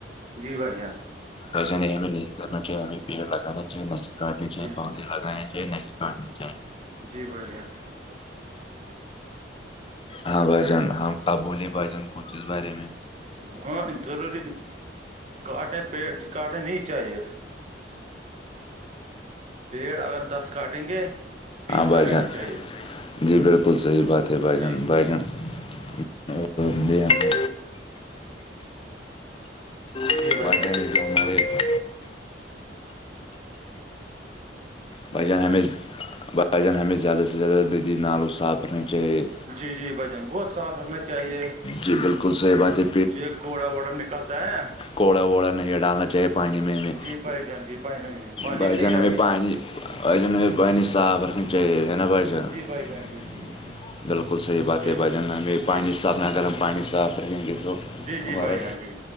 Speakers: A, on the right (about 40°); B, on the left (about 30°).
A: جی بھائی جان
B: بھائی جان نہیں ہمیں نہیں کرنا چاہے ہمیں پیڑ لگانا چاہ ناے کاٹنے چاہیے
A: جی
B: پودے
A: جی
B: لگانیں چاہیے نا کہ کاٹنے چاہیے
A: جی بھائی جان
B: ہاں بھائی جان ہاں آپ بولیے بھائی جان کچھ اس بارے میں
A: ہاں ضروری کاٹے پیٹ کاٹے نہیں چاہیے پیڑ اگر دس کاٹیں گے بیس
B: ہاں بھائی
A: لگانے
B: جان
A: چاہیے
B: جی بالکل صحیح بات ہے بھائی جان
A: جی
B: بھائی جان اور <inaudible>
A: جی بھائی جان
B: بھائی جان ہمیں بھائی جان ہمیں زیادہ سے زیادہ ندی نالوں صاف رکھنی چاہیے
A: جی جی بھائی جان بہت صاف رکھنا چاہیے
B: جی بالکل صحیح بات ہے
A: یہ کوڑا وڑا نک نکلتا ہے نا
B: کڑا ووڑا نہیں ڈالنا چاہیے پانی میں ہمیں
A: جی بھائی جان جی پانی میں پانی
B: بھائی
A: میں نہیں
B: جان
A: ڈالنا
B: ہمیں پانی
A: چاہیے
B: بھائی جان ہمیں پانی صاف رکھنا چاہیے ہے نا بھائی جان اچھا
A: جی بھائی جان جی جی
B: بالکل صحیح بات
A: جی
B: ہے بھائی جان ہمیں پانی
A: جی
B: صاف اگر ہم پانی صاف رکھیں گے تو
A: جی جی
B: ہمارا
A: بھائی ہاں جی